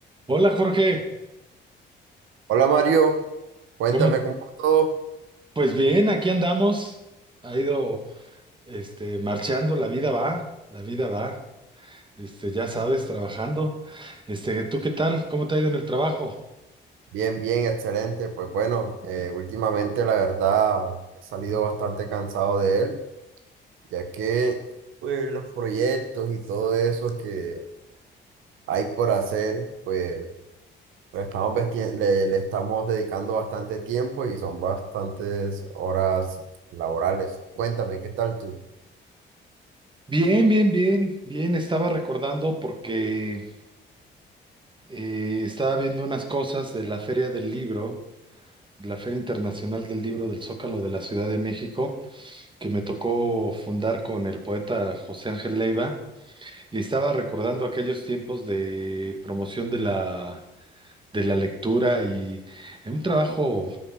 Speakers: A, on the right; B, on the right.
A: Hola Jorge,
B: Hola Mario, cuéntame
A: ¿cómo?
B: cómo va todo.
A: Pues bien, aquí andamos. Ha ido, este, marchando, la vida va, la vida va. Este, ya sabes, trabajando. Este, ¿tú qué tal? ¿Cómo te ha ido en el trabajo?
B: Bien, bien, excelente. Pues bueno, eh, últimamente la verdad he salido bastante cansado de él, ya que pues, los proyectos y todo eso que hay por hacer, pues lo estamos vesti- le, le estamos dedicando bastante tiempo y son bastantes horas laborales. Cuéntame, ¿qué tal tú?
A: Bien, bien, bien, bien. Estaba recordando porque eh, estaba viendo unas cosas de la Feria del Libro, de la Feria Internacional del Libro del Zócalo de la Ciudad de México, que me tocó fundar con el poeta José Ángel Leiva. Y estaba recordando aquellos tiempos de promoción de la, de la lectura y en un trabajo